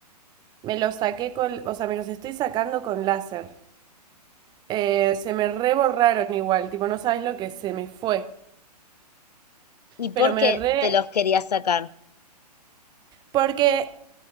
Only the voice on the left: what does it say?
¿Y por
qué
te los querías sacar?